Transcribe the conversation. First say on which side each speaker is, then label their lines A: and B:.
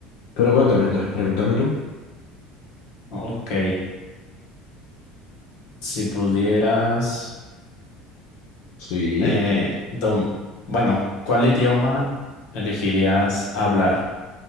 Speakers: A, on the left; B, on the left.
A: Pero cuéntame, entonces, pregúntame tú.
B: Ok, Si pudieras,
A: Sí.
B: eh, dom- bueno, ¿cuál idioma elegirías hablar?